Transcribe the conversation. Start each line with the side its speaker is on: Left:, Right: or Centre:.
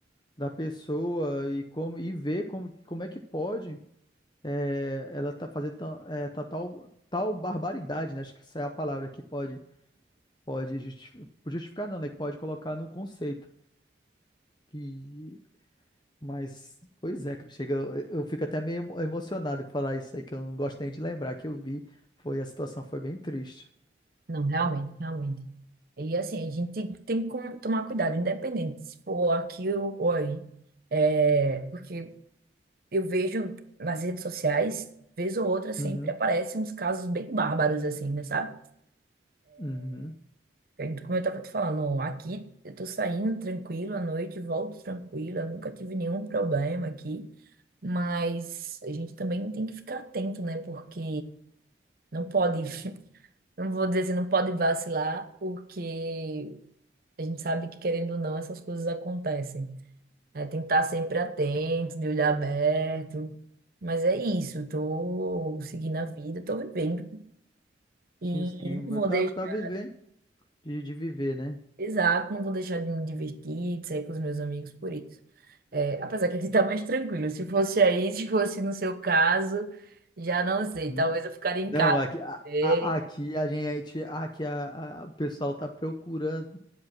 Left: da pessoa e como e vê como, como é que pode é, ela tá fazendo ta- é, tá tal tal barbaridade, né? Acho que essa é a palavra que pode pode justi- justificar, não, né? Que pode colocar no conceito. Que mas pois é, cara, chega eu, eu fico até meio emo- emocionado em falar isso aí que eu não gosto nem de lembrar que eu vi, foi a situação foi bem triste.
Right: Não, realmente, realmente. E assim, a gente tem tem que com- tomar cuidado, independente se for aqui ou ou aí. É, porque Eu vejo nas redes sociais, vez ou outra, sempre
Left: Uhum.
Right: aparecem uns casos bem bárbaros, assim, né, sabe?
Left: Uhum.
Right: Eu- Como eu tava te falando, aqui eu tô saindo tranquilo à noite, volto tranquila, nunca tive nenhum problema aqui, mas a gente também tem que ficar atento, né? Porque não pode, <laughs> não vou dizer assim, não pode vacilar, porque a gente sabe que, querendo ou não, essas coisas acontecem. É, tem que estar sempre atento, de olho aberto. Mas é isso, tô seguindo a vida, tô vivendo. E
Left: Sim, sim. Mas
Right: não vou
Left: Tá,
Right: deixar,
Left: tá vivendo de, de viver, né?
Right: exato, não vou deixar de me divertir, de sair com os meus amigos por isso. É, apesar que aqui tá mais tranquilo. Se fosse aí, se fosse no seu caso, já não sei.
Left: Uhum.
Right: Talvez eu ficaria em
Left: Não,
Right: casa.
Left: aqui a,
Right: Ei,
Left: a- aqui a gente, aqui a, a- o pessoal tá procurando